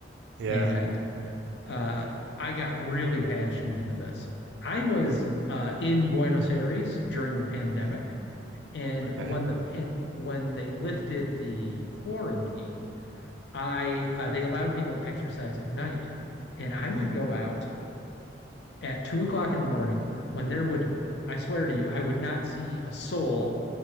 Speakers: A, on the right; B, on the left.
A: yeah.
B: And uh, I got really passionate into this. I was uh, in Buenos Aires during the pandemic,
A: hmm
B: and
A: Okay.
B: when the pan when they lifted the quarantine I uh, they allowed people to exercise at night, and I would
A: Mm,
B: go out at two o'clock in the morning when there would, I swear to you, I would not see a soul